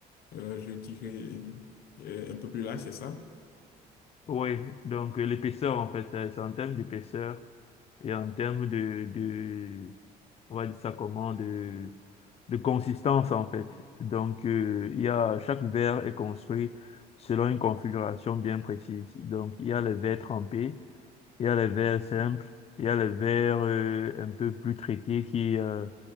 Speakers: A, on the left; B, on the left.
A: euh, je dirais, euh, un peu plus larges, c'est ça?
B: Oui, donc euh, l'épaisseur en fait, euh, c'est en termes d'épaisseur et en termes de, on va dire ça comment, de, de consistance en fait. Donc, euh, il y a, chaque verre est construit selon une configuration bien précise. Donc, il y a les verres trempés, il y a les verres simples, il y a les verres euh, un peu plus traités qui, euh,